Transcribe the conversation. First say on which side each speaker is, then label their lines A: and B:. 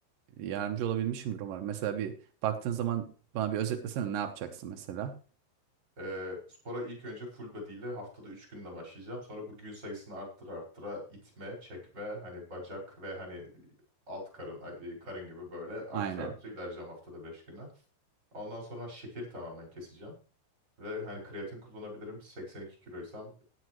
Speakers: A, on the right (about 85°); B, on the right (about 20°).
A: yardımcı olabilmişimdir umarım. Mesela bir baktığın zaman bana bir özetlesene ne yapacaksın mesela.
B: Ee, spora ilk önce full body ile haftada 3 günde başlayacağım. Sonra bu gün sayısını arttıra arttıra itme, çekme, hani bacak ve hani alt karın, ay, e, karın gibi böyle arttıra
A: Aynen.
B: arttıra ilerleyeceğim haftada 5 güne. Ondan sonra şekeri tamamen keseceğim. Ve hani kreatin kullanabilirim. 82 kiloysam